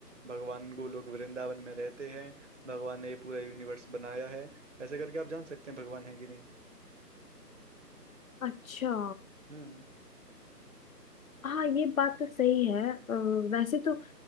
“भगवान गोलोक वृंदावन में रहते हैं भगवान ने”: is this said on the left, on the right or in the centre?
Right